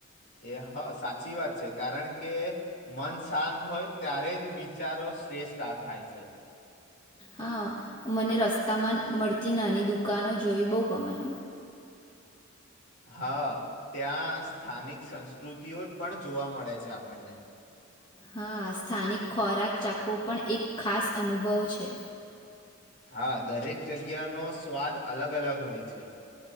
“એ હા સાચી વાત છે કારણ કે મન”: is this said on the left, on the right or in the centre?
Left